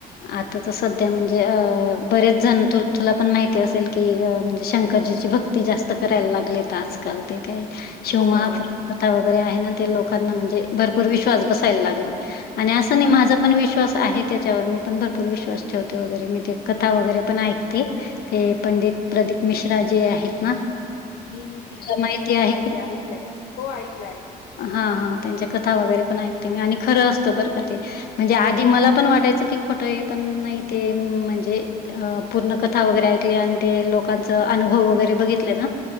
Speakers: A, on the left; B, on the left.
A: आता तर सध्या म्हणजे अ बरेच जण तुला पण माहिती असेल की म्हणजे शंकरजीची भक्त ते जास्त करायला लागलेत आजकाल ते काही शिव
B: हो,
A: माफ कथा वगैरे आहे ना ते लोकांना म्हणजे भरपूर विश्वास बसायला लागलाय आणि असं
B: हो.
A: नाही माझं पण विश्वास आहे त्याच्यावर मी पण भरपूर विश्वास ठेवते वगैरे मी ते कथा वगैरे पण ऐकते ते पंडित प्रदीप मिश्रा जे आहेत ना.
B: हम् हम्म हम्
A: तुला आहे
B: माहिती ऐकलंय हो ऐकलं ऐकलं.
A: हा हा त्यांच्या कथा वगैरे पण ऐकते मी आणि खरं असतो बरं का ते. म्हणजे आधी मला पण वाटायचं की खोटं आहे पण इ ते म्हणजे- अ पूर्ण कथा वगैरे ऐकली आणि ते लोकांचा अनुभव वगैरे बघितले ना.